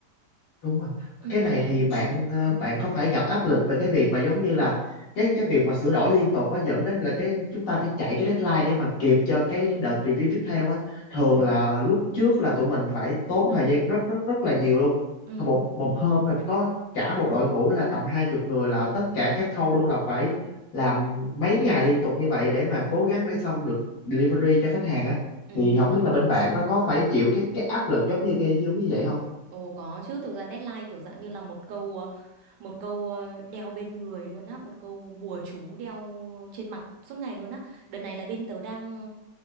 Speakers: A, on the left (about 85°); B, on the right (about 80°).
A: đúng rồi
B: Ừ,
A: cái này thì bạn ờ, bạn có phải gặp áp lực về cái việc mà giống như là cái cái việc mà sửa đổi liên tục á dẫn đến là cái chúng ta phải chạy cái deadline để mà kịp cho cái đợt review tiếp theo á thường
B: ừ,
A: là lúc trước là tụi mình phải tốn thời gian rất rất rất là nhiều luôn
B: ừ,
A: một một hôm là có cả một đội ngũ là tầm hai chục người là tất cả các khâu luôn là phải làm mấy ngày liên tục như vậy để mà cố gắng để xong được delivery cho khách hàng á
B: ừ.
A: thì không biết là bên bạn nó có phải chịu cái cái áp lực giống như cái giống như vậy không
B: Ồ có chứ, thực ra deadline kiểu dạng như là một câu ờ, một câu ờ, đeo bên người luôn á, một câu bùa chú đeo trên mặt suốt ngày luôn á. Đợt này là bên tớ đang